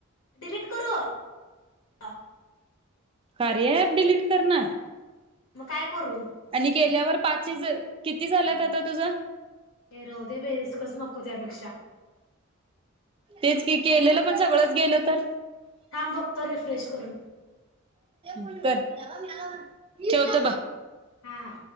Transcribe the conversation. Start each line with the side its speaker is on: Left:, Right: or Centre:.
Left: डिलीट करू? ह <inaudible>
Right: कार्या अँप डिलीट करणार?
Left: मग काय करू?
Right: आणि केल्यावर पाचीज, किती झाल्यात आता तुझं?
Left: ये राहूदे बई रिस्कच नको त्यापेक्षा
Right: तेच की केलेलं पण सगळंच गेलं तर
Left: थांब बघतो रिफ्रेश करून
Right: हु कर ठेवतो ब
Left: हा हा